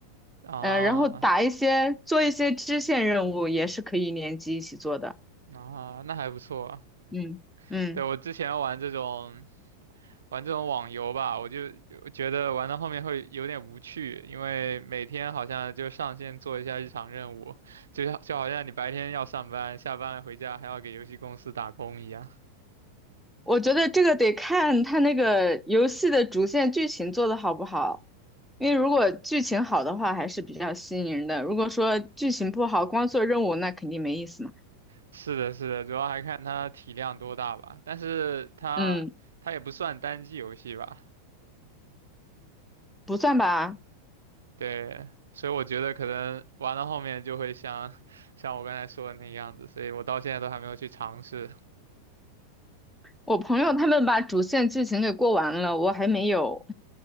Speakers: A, on the right; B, in the centre.
A: 啊
B: 嗯，然后打一些做一些支线任务也是可以联机一起做的，
A: 啊，那还不错。
B: 嗯嗯，
A: 对，我之前玩这种玩这种网游吧，我就我觉得玩到后面会有点无趣，因为每天好像就上线做一下日常任务，就像就好像你白天要上班，下班了回家还要给游戏公司打工一样。
B: 我觉得这个得看他那个游戏的主线剧情做的好不好。因为如果剧情好的话，还是比较吸引人的。如果说剧情不好，光做任务，那肯定没意思嘛。
A: 是的，是的，主要还看它体量多大吧。但是它它也不算单机游戏吧，
B: 嗯，不算吧。
A: 对，所以我觉得可能玩到后面就会像 <laughs> 像我刚才说的那样子，所以我到现在都还没有去尝试
B: 我朋友他们把主线剧情给过完了，我还没有，